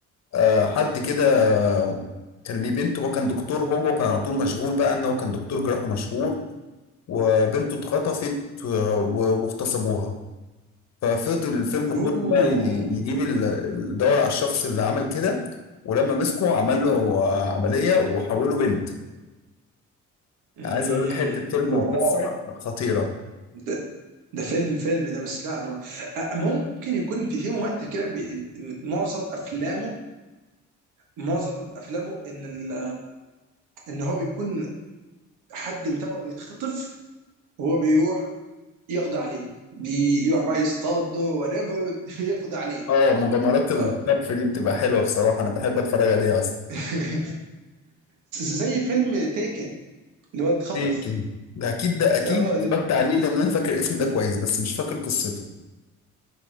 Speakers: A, on the left; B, on the right.
A: آه، حد كده آه، كان ليه بنته وكان دكتور هو وكان على طول مشغول بقى ان هو كان دكتور جراحة مشهور وبنته اتخطفت آه، و- واغتصبوها ففضل الفيلم
B: اوه
A: كله بقى ي- يجيب ال- الدور على الشخص اللي عمل كده ولما مسكه عمل له آه، عملية وحوله بنت
B: امم
A: عايز اقول لك حتة فيلم
B: واو
A: وقصة خطيرة
B: ده ده فيلم فيلم ده بس لا انا أ- ممكن يكون في في ممثل كده بي- معظم افلامه معظم افلامه ان ال... ان هو بيكون حد متابعه بيتخطف وهو بيروح يقضي عليه بيروح بقى يصطاده وريفر <laughs> يقضي عليه
A: اه مغامرات الكتف
B: ف...
A: دي بتبقى حلوة بصراحة انا بحب اتفرج عليها اصلا
B: <laughs> زي فيلم تيكن اللي هو اتخطف
A: تيكن ده اكيد ده اكيد
B: اه
A: اتفرجت عليه لان انا فاكر الاسم ده كويس بس مش فاكر قصته